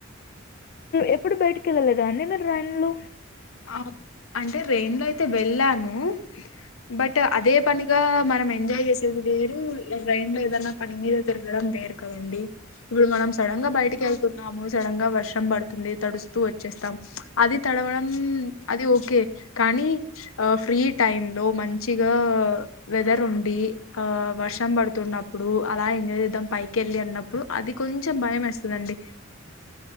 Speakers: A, on the left (about 50°); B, on the left (about 80°).
A: ఎప్పుడు బయటికి వెళ్ళలేదా అన్నడి మీర్ వాన్లో
B: ఆ అంటే రైన్ లో అయితే వెళ్ళాను ను బట్ అదే పనిగా మనం ఎంజాయ్ చేస్ ది వేరు రైన్ లో ఏదన్నా పనిమీద తిరగడం వేరు కదండి ఇప్పుడు మనం సడన్ గా బయటికి వెళ్తున్నాము సడన్ గా వ ర్షం పడుతుంది తడుస్తూ వచ్చేస్తాం అది తడవడం అది ఓకే కానీ ఆ ఫ్రీ టైమ్ లో మంచిగా వెదర్ ఉండి ఆ వర్షం పడుతున్నప్పుడు అలా ఎంజాయ్ చేద్దాం పైకి వెళ్ళి అన్నప్పుడు అది కొంచెం భయం వేస్తుందండి.